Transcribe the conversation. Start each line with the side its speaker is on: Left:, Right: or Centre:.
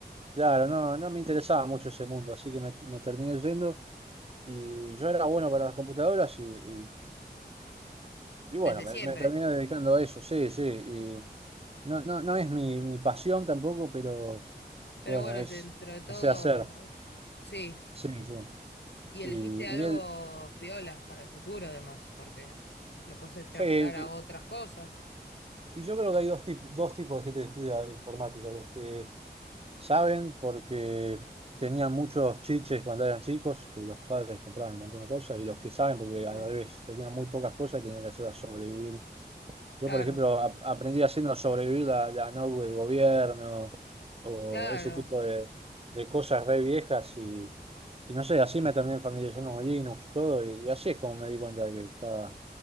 Right: Claro, no, no me interesaba mucho ese mundo, así que me, me terminé yendo y yo era bueno para las computadoras y, y- y bueno,
Left: desde
Right: me,
Left: siempre.
Right: me terminé dedicando a eso, sí, sí, y no, no, no es mi, mi pasión tampoco, pero
Left: Pero
Right: bueno,
Left: bueno,
Right: es,
Left: dentro de todo,
Right: sé hacer,
Left: eh, sí.
Right: sí, sí.
Left: Y
Right: Y,
Left: elegiste algo
Right: y él,
Left: piola para el futuro, además, porque lo puedes extrapolar
Right: sí,
Left: a otras cosas.
Right: Y yo creo que hay dos, tip- dos tipos de gente que estudia informática, los que saben porque tenían muchos chiches cuando eran chicos, que los padres compraban un montón de cosas, y los que saben porque al
Left: Sí.
Right: revés tenían muy pocas cosas y tenían que hacerlas sobrevivir.
Left: Claro.
Right: Yo, por ejemplo, ap- aprendí haciendo sobrevivir la, la notebook del gobierno o
Left: Claro,
Right: ese tipo de, de cosas re viejas y, y no sé, así me terminé familiarizando con Linux, todo, y, y así es como me di cuenta de que estaba,